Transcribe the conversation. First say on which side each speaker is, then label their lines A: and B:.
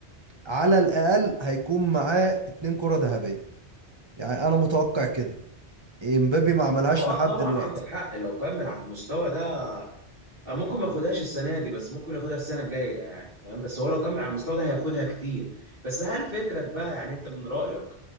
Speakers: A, on the right; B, on the right.
A: على الاقل هيكون معاه اتنين كره ذهبيه يعني انا متوقع كده امبابي ما عملهاش
B: لو
A: لحد
B: اه طبعا
A: دلوقتي
B: عندك حق لو كمل على المستوى ده اه ممكن ما ياخدهاش السنه دي بس ممكن ياخدها السنه الجايه يعني فاهم بس هو لو كمل على المستوى ده هياخدها كتير بس هل فكرك بقى يعني انت من رايك